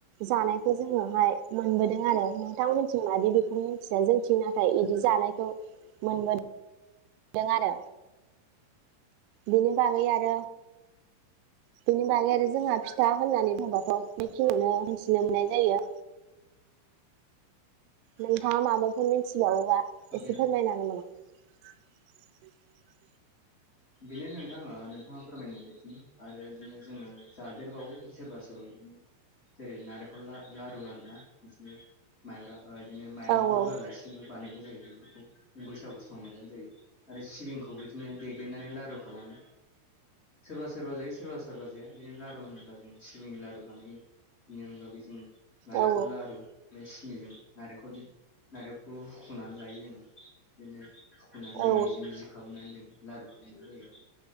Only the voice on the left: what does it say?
औ
औ
बेनो
बेनो नोंथाङा नोंथाङा फोरमाय बायदिनो आरो बिदिनो जोङो जादेरबावो सोरबा सोरबा बिदिनो जेरै नारेंखल ला लारु आरोना बिदिनो माइब्रा ओ इदिनो माइरंफोर
होआलासिनोबो बानायनाय जायो बेफोरखौ बैसागु समाव जानाय जायो आरो सिबिंखौबो इदिनो दे नानै लारु खालामो, सोरबा सोरबा जायो सोरबा सोरबा जाया बिदिनो लारु होनोब्ला जों सिबिंनि लारु बानायो, बिनि अनगाबो जोङो नारेखल
लारु माने सिनिजों नारेखल नारेखौ हुखनानै लायो जोङो बिदिनो हुखनानै जों
मिजि मिजि खालामनानै जों लारु खालामनाय जायो आरो।